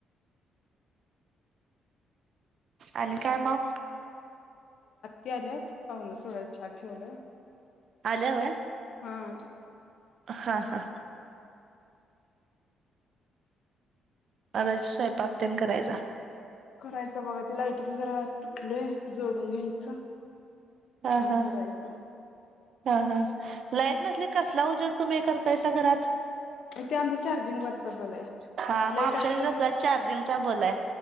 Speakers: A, on the right; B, on the left.
A: आणि काय माऊ?
B: त आल्यात पाहून <unintelligible> छान ठेवलं
A: आला व्हय.
B: हा आज.
A: हा हा. अता स्वयंपाक त्येनं करायचा.
B: करायचं बघा. ते लाइटीचं जरा तुटलंय. जोडून घ्यायचं
A: हा
B: आणि
A: हा..
B: करायचं
A: हा हा- लाईट नसली कसला उजेड तुम्ही करतायसा घरात?
B: ते आमच चार्जिंग वरचा बल हाय.
A: हा मग
B: लाईट
A: आमच्या
B: असलं
A: इथं कसला
B: की,
A: चार्जिंगचा बल आहे.